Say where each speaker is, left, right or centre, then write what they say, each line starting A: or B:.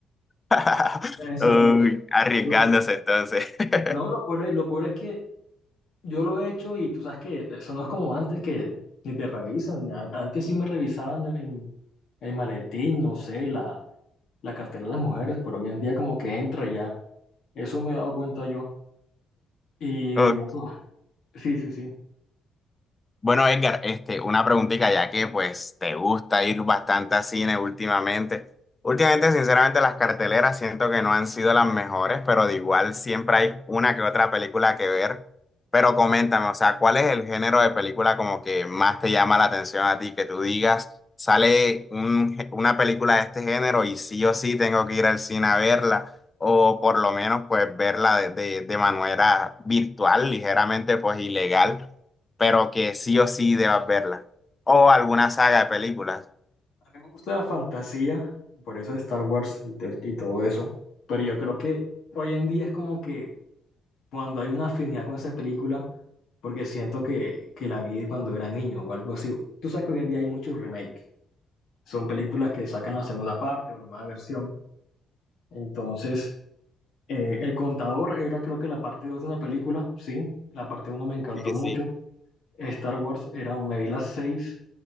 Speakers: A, on the left (about 25°); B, on the left (about 70°).
A: <laughs>
B: Eran Esas
A: Uy,
B: dos.
A: arriesgándose
B: Bu-
A: entonces. <laughs>
B: No, lo peor es, lo peor es que yo lo he hecho y tú sabes que eso no es como antes que ni te revisan. A- Antes sí me revisaban el, el maletín, no sé, la, la cartera de las mujeres, pero hoy en día como que entra y ya. Eso me he dado cuenta yo. Y
A: Ok,
B: bueno, sí, sí, sí.
A: Bueno, Edgar, este, una preguntita, ya que pues te gusta ir bastante a cine últimamente. Últimamente, sinceramente, las carteleras siento que no han sido las mejores, pero de igual siempre hay una que otra película que ver. Pero coméntame, o sea, ¿cuál es el género de película como que más te llama la atención a ti? Que tú digas, sale un gé- una película de este género y sí o sí tengo que ir al cine a verla, o por lo menos pues verla de, de de manera virtual, ligeramente pues ilegal pero que sí o sí debas verla. O alguna saga de películas.
B: A mí me gusta la fantasía, por eso Star Wars y, te- y todo eso. Pero yo creo que hoy en día es como que cuando hay una afinidad con esa película, porque siento que, que la vi cuando era niño o algo así. Tú sabes que hoy en día hay muchos remake. Son películas que sacan la segunda parte o la nueva versión. Entonces, eh, El Contador era creo que la parte 2 de una película, sí. La parte uno me encantó
A: Sí,
B: mucho.
A: sí.
B: Star Wars era, me vi las seis